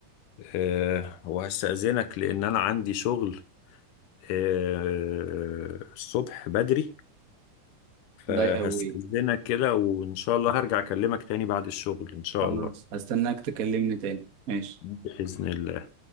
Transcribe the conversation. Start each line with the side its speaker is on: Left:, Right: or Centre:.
Left: آه وهستأذنك لأن أنا عندي شغل آه الصبح بدري فهستأذنك
Right: ده قوي
Left: كده وإن شاء الله هرجع أكلمك تاني بعد الشغل إن شاء
Right: خلاص
Left: الله
Right: هستناك تكلمني تاني ماشي
Left: بإذن الله